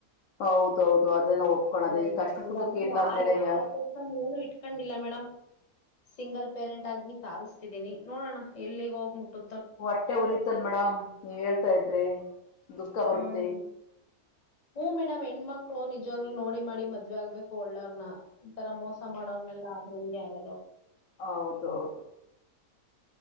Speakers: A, on the left (about 70°); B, on the left (about 30°).
A: ಹೌದೌದು ಅದನ್ನ ಒಪ್ಕೊಳದೆ
B: ಹ್ಮ
A: ಈ ಕಷ್ಟ
B: ಹಾಗಾಗಿ
A: ಸುಖಕ್ಕೆ ಇಲ್ಲ ಅಂದ್ಮೇಲೆ
B: ಆ ಎಕ್ಸ್ಪೆಕ್ಟನ್
A: ಯಾ
B: ಏನು ಇಟ್ಕೊಂಡ ಇಲ್ಲ ಮೇಡಮ್ ಸಿಂಗಲ್ ಪೇರೆಂಟ್ ಆಗಿ ಸಾಧ್ತಿದ್ದೀನಿ ನೋಡೋಣ ಎಲ್ಲಿಗೆ ಹೋಗ್ ಮುಟ್ಟು
A: ಹೊಟ್ಟೆ ಉರಿತನ್ ಮೇಡಮ್ ನೀವ್ ಹೇಳ್ತಾ ಇದ್ರಿ ದುಃಖ ಬರುತ್ತೆ
B: ಹ್ಮ್ ಹ್ಮ ಹ್ಮ ಮೇಡಮ್ ಹೆಣ್ಮಕ್ ಮಕ್ಕಳು ನಿಜವಾಗ್ಲೂ ನೋಡಿ ಮಾಡಿ ಮದ್ವೆ ಆಗ್ಬೇಕು ಒಳ್ಳೆವನ ಈ ತರ ಮೋಸ ಮಾಡೋವರ್ನೆೆಲ್ಲ ಆದ್ರ ಇಲ್ಲಿ ಆಗ
A: ಹೌದ ಹೌದು